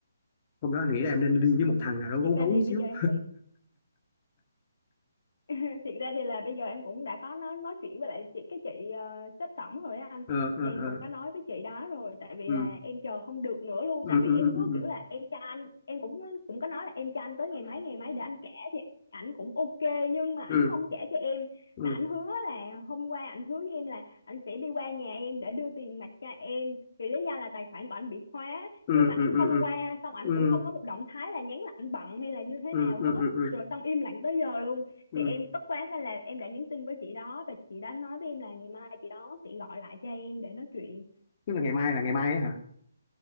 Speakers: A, on the left (about 35°); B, on the left (about 75°).
A: hôm đó anh nghĩ là em nên đi với
B: ừ.
A: một thằng nào đó gấu
B: thiệt ra
A: gấu
B: thì
A: xíu
B: bây giờ em cũng <laughs> thiệt ra thì là bây giờ em cũng đã có nói nói chuyện với lại chị cái chị uh, sếp tổng rồi á anh
A: Ờ, ờ,
B: thì em
A: ờ.
B: cũng có nói với chị đó rồi tại vì
A: ừ
B: là em chờ không được nữa luôn
A: ừ
B: tại vì
A: ừ
B: em cứ kiểu
A: ừ
B: là em cho anh em cũng cũng có nói là em cho anh tới ngày mấy ngày mấy để anh trả thì ảnh cũng ok nhưng mà ảnh
A: ừ
B: không trả cho em
A: ừ
B: mà ảnh hứa là hôm qua ảnh hứa với em là ảnh sẽ đi qua nhà em để đưa tiền mặt cho em vì lý do là tài khoản của ảnh bị khóa
A: ừ
B: nhưng mà ảnh
A: ừ
B: không
A: ừ ừ
B: qua xong ảnh
A: ừ. ừ.
B: cũng không có một động thái là nhắn là ảnh bận hay là như thế
A: ừ
B: nào
A: ừ
B: hết
A: ừ ừ
B: rồi xong im lặng tới giờ luôn
A: ừ
B: thì em tức quá nên là em đã nhắn tin với chị đó và chị đó nói với em là ngày mai chị đó sẽ gọi lại cho em để nói chuyện
A: tức là ngày mai là ngày mai ấy hả